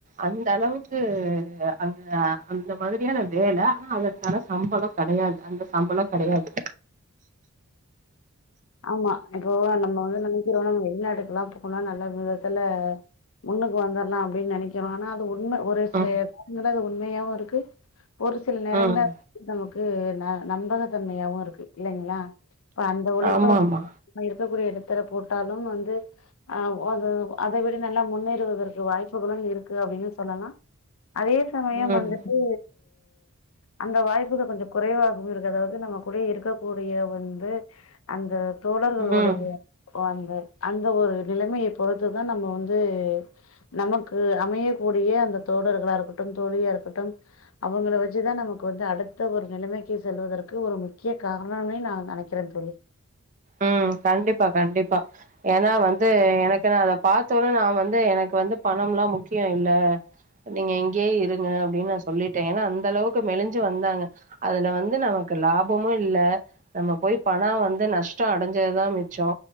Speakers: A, on the right (about 35°); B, on the left (about 70°).
A: அந்த அளவுக்கு அங்க அந்த மாதிரியான வேலை ஆனா அதற்கான சம்பளம் கெடையாது அந்த சம்பளம் கெடையாது
B: ஆமா இப்போ நம்ம வந்து நெனைக்கிறோ நம்ம வெளிநாட்டுக்குல்லா போனா நல்ல விதத்துல முன்னுக்கு வந்துர்லா அப்டின்னு நெனைக்கி றோ ஆனா அது உண்மை ஒரு சில
A: ம்
B: நேரங்கள்ல அது உண்மையாவு இருக்கு ஒரு சில நேரங்கள்ல
A: ம்
B: நமக்கு ந நம்பகத்தன்மையாவு இருக்கு இல்லைங்களா இப்ப அந்த உழைப்
A: ஆமா ஆமா
B: நம்ம இருக்கக்கூடிய இடத்துல போட்டாலும் வந்து ஆ அத அத விட நல்லா முன்னேறுவதற்கு வாய்ப்புகளு இருக்கு அப்டின்னு சொல்லலா அதே சமயம்
A: ம்
B: வந்துட்டு அந்த வாய்ப்புகள் கொஞ்சம் குறைவாக இருக்க அதாவது நம்ம கூட இருக்கக்கூடிய வந்து அந்த தோழர்களுடைய
A: ம்
B: ஓ அந்த அந்த ஒரு நிலைமைய பொறுத்துதா நம்ம வந்து நமக்கு அமையக்கூடிய அந்த தோழர்களா இருக்கட்டும் தோழியா இருக்கட்டும் அவுங்கள வச்சுதா நமக்கு வந்து அடுத்த ஒரு நிலைமைக்கு செல்வதற்கு ஒரு முக்கிய காரணோன்னே நா நெனைக் கிறே தோழி
A: ம் கண்டிப்பா கண்டிப்பா ஏன்னா வந்து எனக்கு நா அத பாத்த ஒன்னே நா வந்து எனக்கு வந்து பணம்ல்லா முக்கியோ இல்ல நீங்க இங்கயே இருங்க அப்டின்னு நா சொல்லிட்டே ஏன்னா அந்த அளவுக்கு மெலிஞ்சி வந்தாங்க அதுல வந்து நமக்கு லாபமு இல்ல நம்ம போய் பணோ வந்து நஷ் டோ அடைஞ்சதுதா மிச்சோ